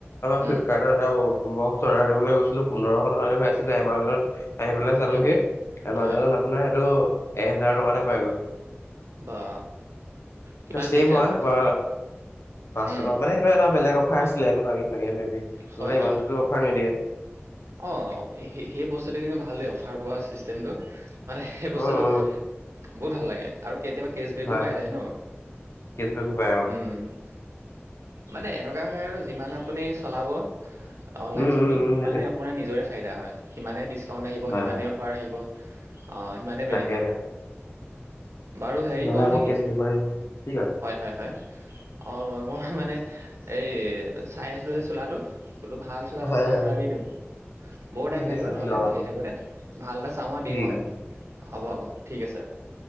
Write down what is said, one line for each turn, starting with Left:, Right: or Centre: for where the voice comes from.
Left: ফ্লিপকাৰ্টৰ
Right: উম
Left: এটা পাব। <unintelligible> দিবলৈ গৈছিলোঁ। পোন্ধৰশ টকাকে হৈ আছিলে এমাজনত। আহি পেলাই চালোহি
Right: উম
Left: এমাজনত
Right: হয়
Left: আপোনাৰ সেইটো এহেজাৰ টকাতে পাই গলো।
Right: বা কিমান
Left: ছেম
Right: দেখিছে
Left: হয়
Right: পাঁচশ।
Left: বা পাঁচশ
Right: উম
Left: টকা মানে সেইটো এটা বেলেগ অফাৰ আছিলে এইটো কাৰণে চাগে মেবি। নহ'লে
Right: হয় হয়
Left: ইমানটোতো অফাৰ নিদিয়ে।
Right: অ সেই সেই বস্তুটো কিন্তু ভালেই অফাৰ পোৱা চিষ্টেমটো মানে সেই
Left: অ',
Right: বস্তুটো
Left: অ',
Right: বহুত ভাল লাগে আৰু কেতিয়াবা কেচ বেক
Left: হয়
Right: পাই
Left: হয়
Right: যায় ন।
Left: কেচবেকো পায় অ',
Right: উম মানে এনেকা লগা হয় আৰু যিমান আপুনি চলাব অনলাইন
Left: উম,
Right: শ্বপিং
Left: উম, উম,
Right: সিমানে
Left: সেইটোৱে।
Right: অপোনাৰ নিজৰে ফাইদা হয় সিমানেই ডিছকাউণ্ট আহিব
Left: হয়,
Right: সিমানেই
Left: হয়।
Right: অফাৰ আহিব। অঁ সিমানেই বেনিফিট।
Left: তাকেহে,
Right: বাৰু হেৰি
Left: সিমানে
Right: কওঁ
Left: আকৌ
Right: নেকি
Left: কেছ বিপৰীত কি কয়?
Right: হয় হয় হয়। অ মই মানে এই চাই আছিলো যে চোলাটো। বোলো ভাল চোলা এটা
Left: হয়,
Right: চাই
Left: হয়,
Right: অৰ্ডাৰ
Left: হয়।
Right: এটা দি দিওঁ। বহুত
Left: ঠিক
Right: টাইম লাগিব
Left: আছে
Right: নহলে
Left: দি লগ
Right: বিচাই
Left: আপুনি।
Right: থাকো দে ভাল এটা চাওঁ দিওঁ
Left: ঠিক
Right: আও।
Left: আছে।
Right: হ'ব হ'ব ঠিক আছে